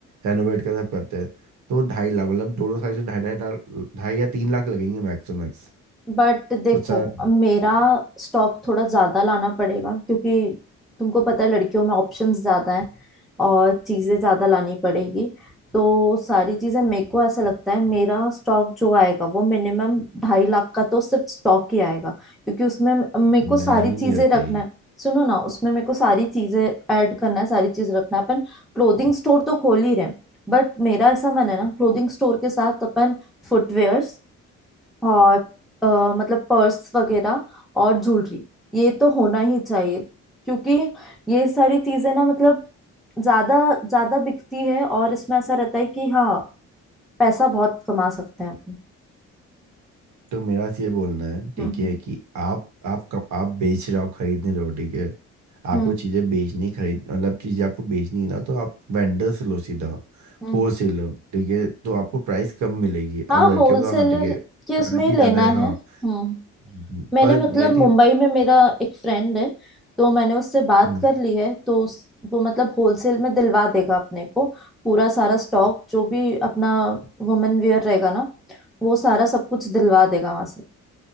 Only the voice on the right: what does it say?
रेनोवेट कर सब करते हैं तो ढाई लाख मतलब दोनों साइड से ढाई ढाई लाख ढाई या तीन लाख लगेंगे मैक्स टू मैक्स
उससे ज़्यादा
नहीं
नहीं होती
तो मेरा तो ये बोलना है ठीक
है
कि आप आप कब आप बेच रहे हो आप खरीद नहीं रहे हो ठीक है आपको
चीज़ें बेचनी खरीद मतलब चीज़ें आपको बेचनी है ना तो आप वेंडर से लो सीधा
होल सेल लो ठीक है तो आपको प्राइस कम मिलेगी
अब लड़कियों
का हाँ ठीक है
वैरायटी
ज़्यादा है हाँ
हम्म,
पर
नियति
हम्म,